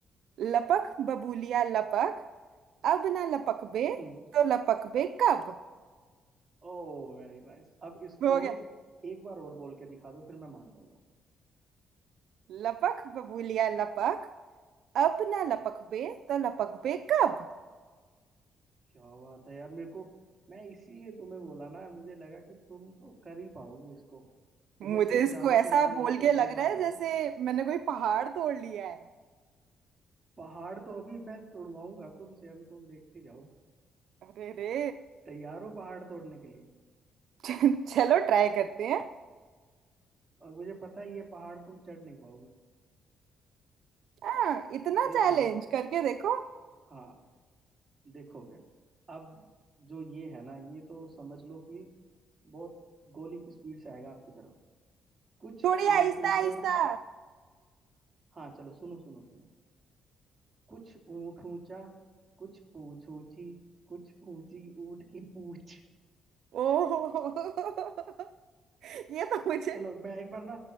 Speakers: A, on the right; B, on the right.
A: लपक बबूलिया लपक अब ना लपक बे
B: हम्म
A: तो लपक बे कब
B: ओह वेरी नाइस अब इसको
A: हो गया
B: एक बार और बोल के दिखा दो फिर मैं मान जाऊंगा
A: लपक बबूलिया लपक अब ना लपक बे तो लपक बे कब
B: क्या बात है यार मेरे को मैं इसीलिए तुम्हें बोला ना मुझे लगा कि तुम तो कर ही पाओगी इसको तुम्हें
A: मुझे
B: सिर्फ
A: इसको
B: ज्यादा
A: ऐसा
B: से ज्यादा
A: बोल
B: एक या
A: के लग
B: दो बार
A: रहा है
B: लगा
A: जैसे मैंने कोई पहाड़ तोड़ लिया है
B: पहाड़ तो अभी मैं तोड़वाऊंगा तुमसे अभी तुम देखते जाओ
A: अरे रे
B: तैयार हो पहाड़ तोड़ने के लिए
A: <laughs> चलो ट्राई करते हैं
B: और मुझे पता है ये पहाड़ तुम चढ़ नहीं पाओगी
A: हाँ, इतना
B: देख
A: चैलेंज
B: लो
A: करके देखो
B: हाँ देखो फिर अब जो ये है ना ये तो समझ लो कि बहुत गोली की स्पीड से आएगा आपकी तरफ कुछ
A: थोड़ी
B: ऊँट
A: आहिस्ता
B: ऊँचा
A: आहिस्ता
B: हाँ चलो सुनो सुनो सुनो कुछ ऊँट ऊँचा कुछ पूँछ ऊँची कुछ ऊँची ऊँट की पूँछ
A: ओह <laughs> ये तो मुझे
B: चलो मैं एक बार ना